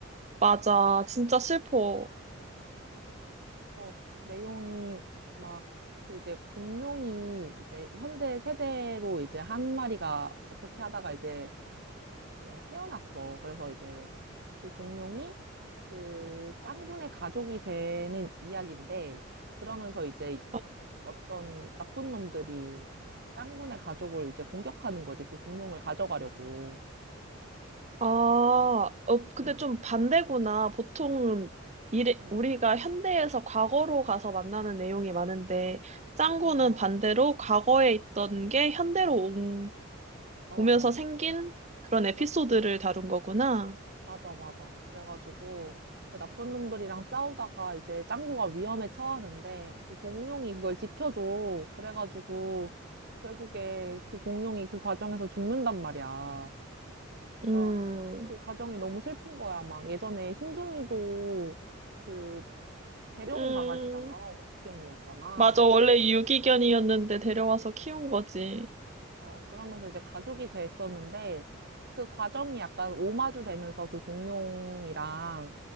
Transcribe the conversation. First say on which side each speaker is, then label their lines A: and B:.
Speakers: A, on the right; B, on the right.
A: 맞아. 진짜 슬퍼.
B: 맞아. 그래서 내용이 막 그 이제 공룡이 이제 현대 세대로 이제 한 마리가 어떻게 하다가 이제 어, 태어났어. 그래서 이제 그 공룡이 그 짱구네 가족이 되는 이야기인데 그러면서 이제
A: 어,
B: 어떤 나쁜 놈들이 짱구네 가족을 이제 공격하는 거지. 그 공룡을 가져가려고.
A: 아, 어, 근데
B: 응,
A: 좀 반대구나. 보통 미래,
B: 응.
A: 우리가 현대에서 과거로 가서 만나는 내용이 많은데, 짱구는
B: 어,
A: 반대로 과거에 있던 게 현대로
B: 어,
A: 보면서 생긴 그런 에피소드를
B: 그렇지.
A: 다룬 거구나.
B: 맞아, 맞아. 그래가지고 그 나쁜 놈들이랑 싸우다가 이제 짱구가 위험에 처하는데 그 공룡이 그걸 지켜줘. 그래가지고 결국에 그 공룡이 그 과정에서 죽는단 말이야.
A: 음,
B: 그러니까 그 과정이 너무 슬픈 거야. 막 예전에 흰둥이도 그 데려온
A: 음,
B: 강아지잖아. 옥견이었잖아.
A: 맞아. 원래 유기견이었는데 데려와서 키운 거지.
B: 어, 그러면서 이제 가족이 됐었는데 그 과정이 약간 오마주 되면서 그 공룡이랑